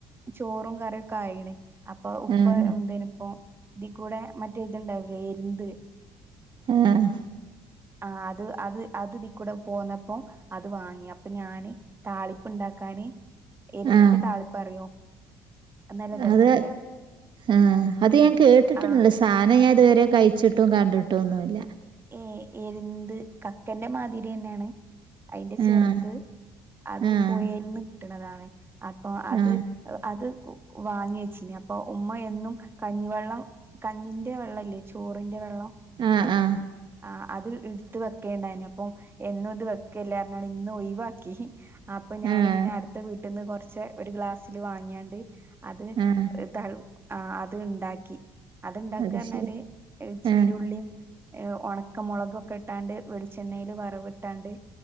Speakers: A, on the right (about 20°); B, on the right (about 45°).
A: ചോറും കറി ക്കായീണ് അപ്പൊ ഉപ്പ
B: ആഹ്
A: എന്തനിപ്പോ ഇതി കൂടെ മറ്റേതുണ്ടാവില്ലേ എരുന്ത്
B: ആഹ്
A: ആ അത് അത് ഇതിക്കൂടെ പോന്നപ്പോ അത് വാങ്ങ അപ്പൊ ഞാന് താളിപ്പ് ഉണ്ടാക്കാന് എരുന്തിന്റെ
B: ആഹ്
A: താളിപ്പ് അറിയോ നല്ല രസല്ലേ
B: അത് ആ അത് ഞാൻ കേട്ടിട്ട്ണ്ട്
A: ആ
B: സാനം ഞാൻ ഇതുവരെ കഴിച്ചിട്ടു ഒട്ടും കണ്ടിട്ടും ഓന്നൂല്ല
A: ഏ എരുന്ത് കക്കന്റെ മാതിരി ന്നെയാണ് അതിന്റെ ചെറുത്
B: ആഹ്
A: അത്
B: ആഹ്
A: പുയൽ നിന്ന് കിട്ടണതാണ് അപ്പൊ അത്
B: ആഹ്
A: അത് വാങ്ങി വച്ചിന് അപ്പൊ ഉമ്മ എന്നും കഞ്ഞിവെള്ളം കഞ്ഞിന്റെ വെള്ളല്ലേ ചോറിന്റെ വെള്ളം
B: ആഹ ആഹ
A: ആ അത് ഇടുത്ത് വെക്കേണ്ടായിന് അപ്പം എന്നും ഇത് വെക്കല്ലാരന ഇന്നു ഒഴിവാക്കി അപ്പൊ ഞാന്
B: ആഹ്
A: പിന്നെ അടുത്ത വീട്ടിന്ന് കുറച്ച ഒരു ഗ്ലാസ്സില് വാങ്ങിയാണ്ട് അത്
B: ആഹ്
A: ഇതാണ് ആ അത് ഇണ്ടാക്കി അത്ണ്ടാക്ക
B: അത്
A: അറഞ്ഞാല്
B: ശരി
A: ചീരുള്ളിയും.
B: ആഹ്
A: ഏ ഉണക്കമുളകൊക്കെ ഇട്ടാണ്ട് വെളിച്ചെണ്ണയില് വറവ് ഇട്ടാണ്ട്